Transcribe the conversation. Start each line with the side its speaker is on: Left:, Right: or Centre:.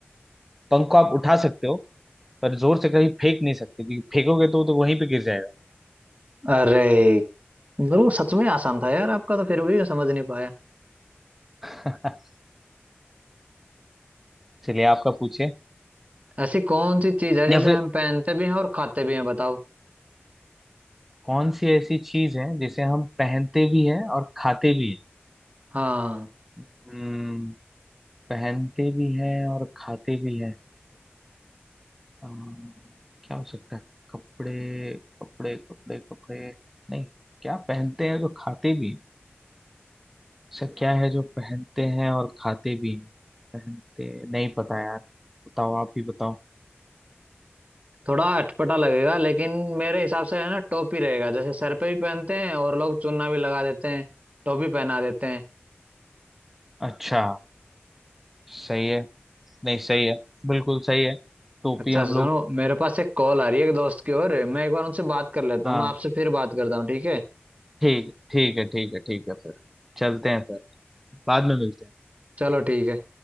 Centre: पंख को आप उठा सकते हो पर जोर से कहीं फेंक नहीं सकते क्योंकि फेंकोगे तो, तो वहीं पे गिर जाएगा
Right: अरे मतलब वो सच में आसान था यार आपका तो फिर भी मैं समझ नहीं पाया
Centre: <laughs> चलिए आपका पूछिए
Right: ऐसी कौन सी चीज है जिसे
Centre: या फिर
Right: हम पहनते भी हैं और खाते भी हैं बताओ
Centre: कौन सी ऐसी चीज है जिसे हम पहनते भी हैं और खाते भी
Right: हाँ
Centre: हैं हम्म, पहनते भी हैं और खाते भी हैं अम, क्या हो सकता है कपड़े कपड़े कपड़े कपड़े नहीं क्या पहनते हैं जो खाते भी हैं ऐसा क्या है जो पहनते हैं और खाते भी हैं पहनते नहीं पता यार बताओ आप ही बताओ
Right: थोड़ा अटपटा लगेगा लेकिन मेरे हिसाब से है ना टोपी रहेगा जैसे सर पे भी पहनते हैं और लोग चुन्ना भी लगा देते हैं टोपी पहना देते हैं
Centre: अच्छा सही है नहीं सही है बिल्कुल सही है टोपी
Right: अच्छा
Centre: हम
Right: सुनो
Centre: लोग
Right: मेरे पास एक कॉल आ रही है एक दोस्त की ओर मैं एक बार उनसे बात कर लेता
Centre: हाँ
Right: हूँ मैं आपसे फिर बात करता हूँ ठीक है
Centre: ठीक ठीक है ठीक है ठीक है फिर चलते हैं फिर बाद में मिलते हैं
Right: चलो ठीक है